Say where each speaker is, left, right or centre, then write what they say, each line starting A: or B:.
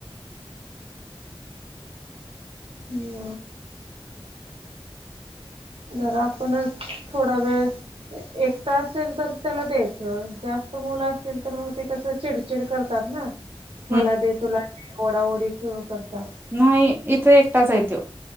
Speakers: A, on the right; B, on the right.
A: हो जरा आपणच थोडा वेळ. एकता असेल तर त्याला द्यायचं जास्त मुलं असल तर मग ते कसं चिडचिड करतात ना
B: ह
A: मला दे तुला ओडाओडी सुरू करतात.
B: नाही इथं एकटाच हाय तो.